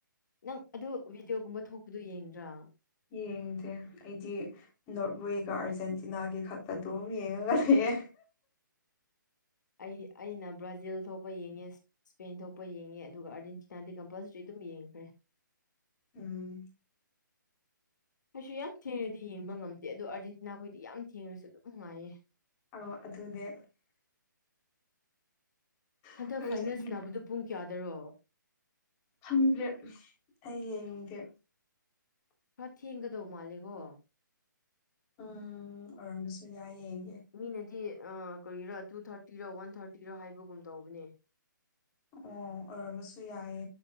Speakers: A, on the left (about 65°); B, on the left (about 25°).
A: ꯅꯪ ꯑꯗꯨ ꯚꯤꯗꯤꯑꯣꯒꯨꯝꯕ ꯊꯣꯛꯄꯗꯨ ꯌꯦꯡꯗ꯭ꯔꯥ
B: ꯌꯦꯡꯗꯦ ꯑꯩꯗꯤ ꯅꯣꯔꯠꯋꯦꯒ ꯑꯥꯔꯖꯦꯟꯇꯤꯅꯥꯒꯤ ꯈꯠꯄ ꯑꯗꯨꯝ ꯌꯦꯡꯉꯒ ꯂꯩꯌꯦ
A: ꯑꯩ ꯑꯩꯅ ꯕ꯭ꯔꯥꯖꯤꯜ ꯊꯣꯛꯄ ꯌꯦꯡꯉꯦ ꯏꯁꯄꯦꯟ ꯊꯣꯛꯄ ꯌꯦꯡꯉꯦ ꯑꯗꯨꯒ ꯑꯥꯔꯖꯦꯟꯇꯤꯅꯥꯗꯤ ꯀꯝꯄꯜꯁꯔꯤ ꯑꯗꯨꯝ ꯌꯦꯡꯈ꯭ꯔꯦ
B: ꯎꯝ
A: ꯑꯩꯁꯨ ꯌꯥꯝ ꯊꯦꯡꯅꯗꯤ ꯌꯦꯡꯕ ꯉꯝꯗꯦ ꯑꯗꯣ ꯑꯥꯔꯖꯦꯟꯇꯤꯅꯥ ꯈꯣꯏꯗꯤ ꯌꯥꯝ ꯊꯦꯡꯉꯁꯨ ꯑꯗꯨꯝ ꯅꯨꯡꯉꯥꯏꯌꯦ
B: ꯑ ꯑꯗꯨꯅꯦ
A: ꯍꯟꯗꯛ
B: ꯑꯥꯔꯖꯦꯟꯇꯤꯅꯥ
A: ꯐꯥꯏꯅꯥꯜꯁ ꯅꯥꯕꯗꯨꯣ ꯄꯨꯡ ꯀꯌꯥꯗꯔꯣ
B: ꯈꯪꯗ꯭ꯔꯦ ꯑꯩ ꯌꯦꯡꯗꯦ
A: ꯄꯨꯔꯥ ꯊꯦꯡꯒꯗꯧ ꯃꯥꯜꯂꯦꯀꯣ
B: ꯎꯝ ꯑꯣꯏꯔꯝꯃꯁꯨ ꯌꯥꯏ ꯌꯦꯡꯒꯦ
A: ꯃꯤꯅꯗꯤ ꯀꯔꯤꯔꯣ ꯇꯨ ꯊꯥꯔꯇꯤꯔꯣ ꯋꯥꯟ ꯊꯥꯔꯇꯤꯔꯣ ꯍꯥꯏꯕꯒꯨꯝ ꯇꯧꯕꯅꯦ
B: ꯑꯣ ꯑꯣꯏꯔꯝꯃꯁꯨ ꯌꯥꯏ